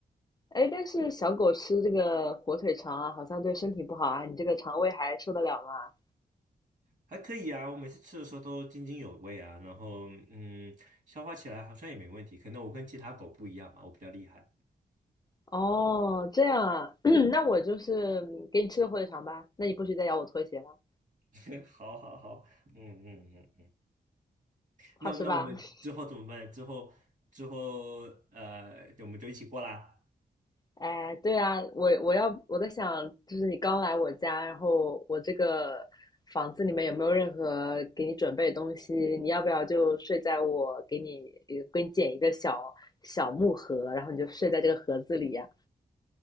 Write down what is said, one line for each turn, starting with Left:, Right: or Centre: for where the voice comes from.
Left: 哎，但是小狗吃这个火腿肠啊，好像对身体不好啊，你这个肠胃还受得了吗？
Right: 还可以啊。我每次吃的时候都津津有味啊，然后嗯，消化起来好像也没问题。可能我跟其他狗不一样吧，我比较厉害。
Left: 哦，这样啊，<clears throat> 那我就是嗯给你吃个火腿肠吧。那你不许再咬我拖鞋了，
Right: <laughs> 好好好，嗯嗯嗯嗯，
Left: 好吃吧？
Right: 那那我们之后怎么办？
Left: <laughs>
Right: 之后之后呃，我们就一起过啦。
Left: 哎，对啊，我我要我在想，就是你刚来我家，然后我这个房子里面有没有任何给你准备的东西？你要不要就睡在我给你呃给你捡一个小小木盒，然后你就睡在这个盒子里呀、